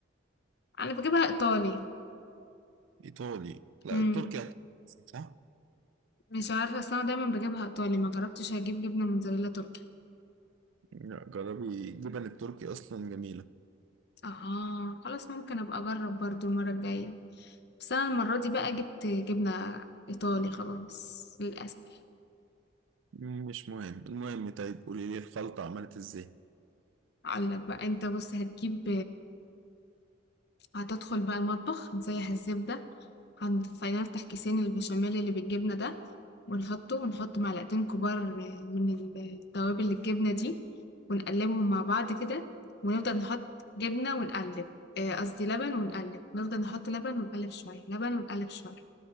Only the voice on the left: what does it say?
أنا بجيبها إيطالي
مم.
مش عارفة بس أنا دايما بجيبها إيطالي ما جربتش أجيب جبنة موتزاريلا تركي
اه خلاص ممكن أبقى أجرب برضو المرة الجاية بس أنا المرة دي بقى جبت جبنة إيطالي خلاص للأسف
أقولك بقى أنت بص هتجيب هتدخل بقى المطبخ تسيح الزبدة هنخلينا نفتح كيسين البشاميل اللي بالجبنة ده ونحطه ونحط معلقتين كبار من التوابل الجبنة دي ونقلبهم مع بعض كده ونفضل نحط جبنة ونقلب آه، قصدي لبن ونقلب نفضل نحط لبن ونقلب شوية لبن ونقلب شوية